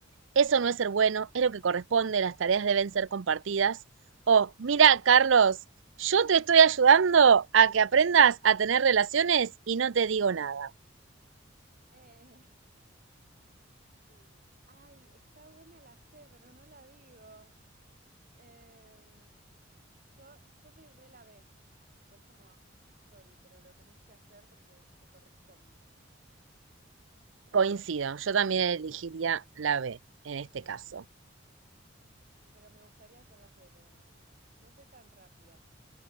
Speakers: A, on the right; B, on the right.
A: eso no es ser bueno, es lo que corresponde, las tareas deben ser compartidas. O, mira, Carlos, yo te estoy ayudando a que aprendas a tener relaciones y no te digo nada.
B: Eh, <laughs> ay, está buena la C, pero no la digo. Eh, yo, yo soy re la B. Tipo, es como, sorry, pero lo tenés que hacer porque te corresponde.
A: Coincido, yo también elegiría la B en este caso.
B: Pero me gustaría hacer la C, pero no, no. No soy tan rápida. <laughs>